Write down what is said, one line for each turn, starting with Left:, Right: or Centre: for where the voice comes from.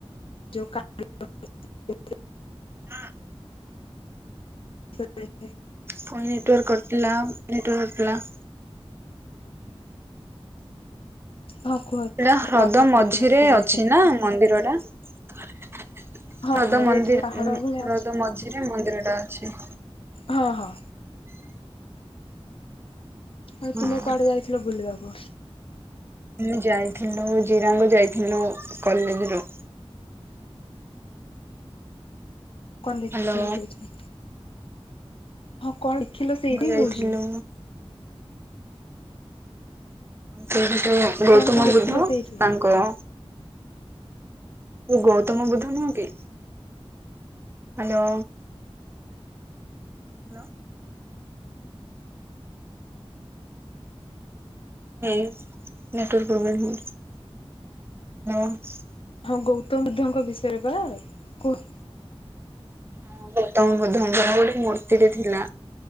Left: ଯୋଉଁ <unintelligible>
Right: ହଁ।
Left: ସେ
Right: ପୁଣି ନେଟୱାର୍କ କଟିଲା ନେଟୱାର୍କ କଟିଲା।
Left: ହଁ କୁହ
Right: ଏଇଟା ହ୍ରଦ ମଝିରେ
Left: ବୁଲିବାକୁ
Right: ଅଛି
Left: ଯାଇଥିଲେ
Right: ନା ମନ୍ଦିର ଟା? ହ୍ରଦ
Left: ହଁ ମଝିରେ
Right: ମନ୍ଦିର
Left: ଟିକେ ପାହାଡ ଭଳିଆ
Right: ହ୍ରଦ
Left: ଅଛି।
Right: ମଝିରେ ମନ୍ଦିର ଟା ଅଛି।
Left: ହଁ ହଁ। ଆଉ
Right: ହଁ
Left: ତୁମେ କୁଆଡେ ଯାଇଥିଲ ବୁଲିବାକୁ?
Right: ମୁଁ ଯାଇଥିଲୁ ଜିରାଙ୍ଗ ଯାଇଥିଲୁ କଲେଜ ରୁ
Left: କଣ ଦେଖିଥିଲ
Right: ହ୍ୟାଲୋ
Left: ସେଇଠି? ହଁ କଣ ଦେଖିଲ ସେଇଠି
Right: ମୁଁ ଯାଇଥିଲୁ
Left: କହୁଛି।
Right: ସେ ଗୋଟ ଗୌତମ
Left: କଣ କଣ ଦେଖିଲ
Right: ବୁଦ୍ଧ
Left: ସେଇଠୁ?
Right: ତାଙ୍କ ଗୌତମ ବୁଦ୍ଧ ନୁହଁ କି ହ୍ୟାଲୋ। ହ୍ୟାଲୋ। ହେ ନେଟୱର୍ ପ୍ରୋବ୍ଲେମ ହେଉଚି।
Left: ହଁ ଗୌତମ ବୁଦ୍ଧଙ୍କ ବିଷୟରେ ବା କୁହ?
Right: ହଁ ଗୌତମ ବୁଦ୍ଧଙ୍କ ଗୋଟେ ମୂର୍ତ୍ତିଟେ ଥିଲା।